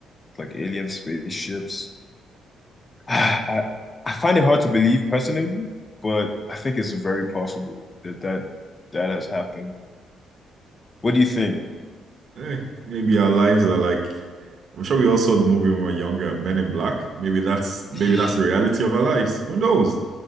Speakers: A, on the left; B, on the right.
A: with, like alien spaceships. <sighs> I, I find it hard to believe personally, but I think it's very possible that that that has happened. What do you think?
B: Hey, maybe our lives are like I'm sure we all saw the movie when we were younger, Men in Black. Maybe that's maybe
A: <sighs>
B: that's the reality of our lives. Who knows?